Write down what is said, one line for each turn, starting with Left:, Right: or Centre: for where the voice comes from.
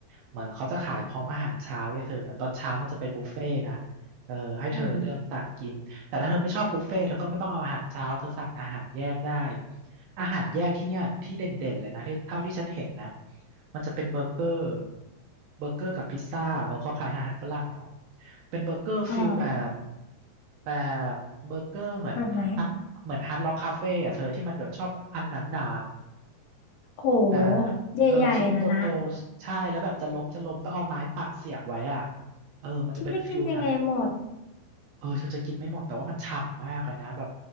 Right: เหมือนเขาจะขายพร้อมอาหารเช้าเลยเธอเหมือนตอนเช้ามันจะเป็นบุฟเฟ่ต์นะเออให้เธอเลือกตักกินแต่ถ้าเธอไม่ชอบบุฟเฟ่ต์เธอก็ไม่ต้องเอาอาหารเช้าเธอสั่งอาหารแยกได้
Left: อืม
Right: อาหารแยกที่เนี่ยที่เด่นๆเลยนะที่เท่าที่ฉันเห็นนะมันจะเป็นเบอร์เกอร์เบอร์เกอร์กับพิซซ่าเออเขาขายอาหารฝรั่งเนาะเป็นเบอร์เกอร์ฟิลแบบ
Left: อ๋อ
Right: แบบเบอร์เกอร์เหมือนฮะเหมือนฮาร์ดล็อกคาเฟ่อะเธอที่มันแบบชอบอันหนา
Left: แบบไหน
Right: ๆแบบ
Left: โหใหญ่ๆนะนะ
Right: เออชิ้นโตโตใช่แล้วแบบจะล้มจะล้มต้องเอาไม้ปักเสียบไว้อ่ะเออมันจะเป็นฟิลนั้น
Left: ฉันจะกินยังไงหมด
Right: เออเธอจะกินไม่หมดแต่ว่ามันฉ่ำมากเลยนะแบบ